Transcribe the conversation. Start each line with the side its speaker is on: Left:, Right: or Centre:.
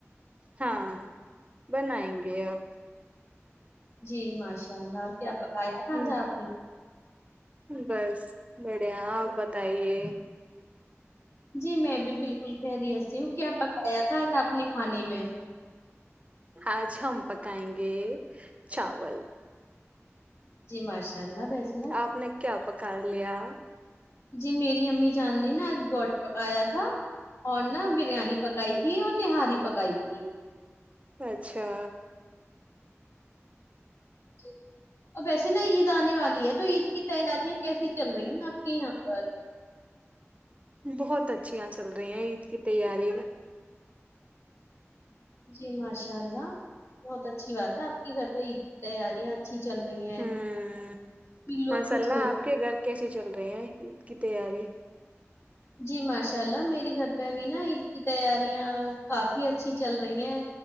Right: ہاں بنائیں گے اب
Left: جی ماشاء اللہ اور کیا پکایا تھا
Right: ہ
Left: آج آپ نے
Right: بس بڑیا آپ بتائیے
Left: جی میں بھی بالکل خیریت سےہوں کیا پکایا تھا اج آپ نے کھانے میں
Right: آج ہم پکائیں گے چاول
Left: جی ماشاء اللہ وس
Right: آپ نے کیا پکا لیا
Left: جی میری امی جان نے نا آج گوٹ پکایا تھا اور نا بریانی پکائی تھی اور نہاری پکائی تھی
Right: اچھا
Left: جی اب ویسے نا عید آنے والی ہے تو عید کی تیاریاں کیسی چل رہی ہیں آپ کے یہاں پر
Right: بہت اچھی یہ چل رہی ہیں عید کی تیاری کا
Left: جی ماشاء اللہ بہت اچھی بات ہے آپ کے گھر پہ عید کی تیاریاں اچھی چل رہی ہیں
Right: ہ
Left: لوگ
Right: ماشاء
Left: خوش
Right: اللہ
Left: ہو
Right: اپ کے گھر کیسے چل رہے ہیں عید کی تیاری
Left: جی ماشاء اللہ میرے گھر پہ ا بھی نا عید کی تیاریاں کافی اچھی چل رہی ہیں